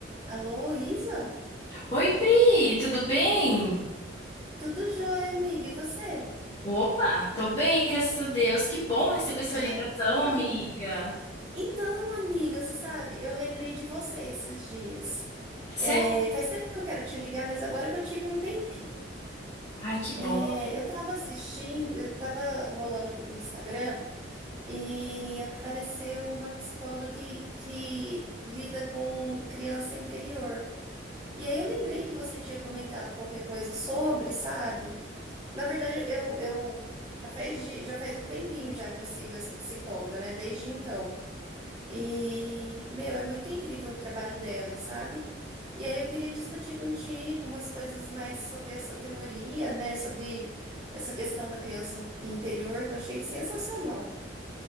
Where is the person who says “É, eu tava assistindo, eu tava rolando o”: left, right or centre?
Right